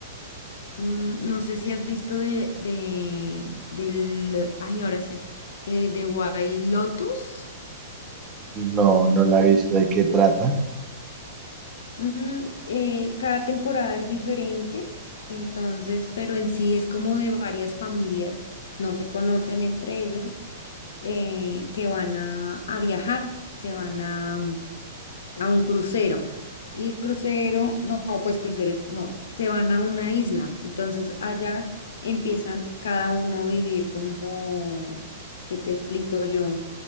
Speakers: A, on the left; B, on the right.
A: Mm, no sé si has visto de, de, del, ay, ahora sé, eh, de White Lotus.
B: No, no la he visto. ¿De qué trata?
A: Mm, eh, cada temporada es diferente, entonces, pero en sí es como de varias familias, no se conocen entre ellos, eh, que van a, a viajar, se van a a un crucero. Y el crucero, no, pues cruceros, no, se van a una isla. Entonces allá empiezan cada uno a vivir como, ¿qué te explico yo?